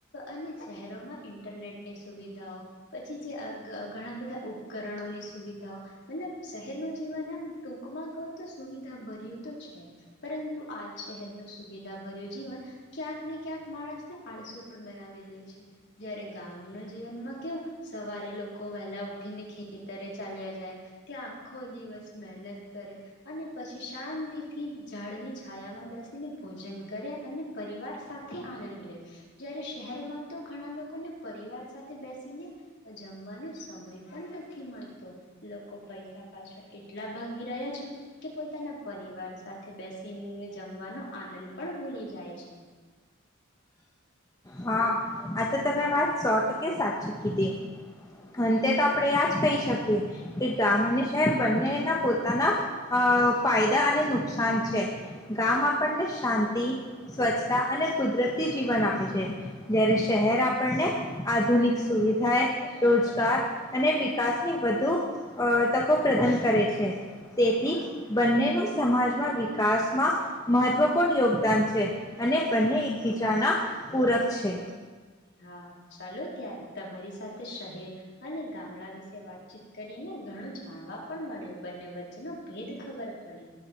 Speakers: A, on the left; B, on the left.
A: અને શહેરોમાં ઇન્ટરનેટની સુવિધાઓ પછી જે અ ઘ ઘણા બધા ઉપ કરણોની સુવિધાઓ મતલબ શહેરનું જીવન એમ ટૂંકમાં કહું તો સુવિધા ભર્યું તો છે પરંતુ આ શહેરનું સુવિધા ભર્યું જીવન ક્યાંક ને ક્યાંક માણસને આળસુ પણ બનાવી દે છે. જયારે ગામના જીવનમાં કેવું સવારે લોકો વહેલા ઉઠીને ખેતરે ચાલ્યા જાય, ત્યાં આખો દિવસ મહેનત કરે અને પછી, શાંતિથી ઝાડની છાયામા મા બેસીને ભોજન કરે, અને પરિવાર સાથે આનંદ લે જયારે, શહેરમાં તો ઘણા લોકોને પરિવાર સાથે બેસીને જમવાનો સમય પણ નથી મળતો. લોકો પૈસા પાછળ એટલા ભાગી રહ્યા છે, કે પોતાના પરિવાર સાથે બેસીને જમવાનો આનંદ પણ ભૂલી જાય છે.
B: હા આ તો તમે વાત સો ટકે સાચી કીધી. અંતે તો આપણે યાજ કહી શકીએ, કે ગામ અને શહેર બંનેના પોતાનાઅ ફાયદા અને નુકસાન છે. ગામ આપણને શાંતિ સ્વચ્છતા અને કુદરતી જીવન આપે છે. જયારે શહેર આપણને આધુનિક સુવિધાએ રોજગાર અને વિકાસ ની વધુ અ તકો પ્રદાન કરે છે. તેથી
A: હા
B: બંનેનું સમાજમાં વિકાસમાં મહત્વપૂર્ણ યોગદાન છે, અને બંને એકબીજાના પૂરક છે.
A: હા ચાલો ત્યારે તમારી સાથે શહેર અને ગામડા વિશે વાતચીત કરીને ઘણું જાણવા પણ મળ્યુ. બંને વચ્ચેનો ભેદ ખબર પડી.